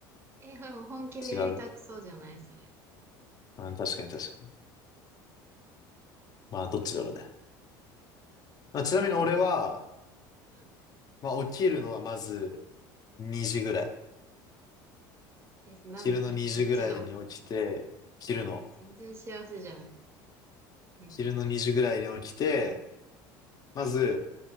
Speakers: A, on the right; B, on the left.
A: え、これも本気でやりたくそうじゃないそれ。
B: 違う。うん、確かに確かに。まあ、どっちだろうね。まあ、ちなみに俺は、
A: うん。
B: まあ、起きるのはまず2時ぐらい。
A: え、なん、
B: 昼の2時ぐらいに起きて、
A: え、どっちの
B: 昼の、
A: 全然幸せじゃない。うん。
B: 昼の2時ぐらいに起きて、まず、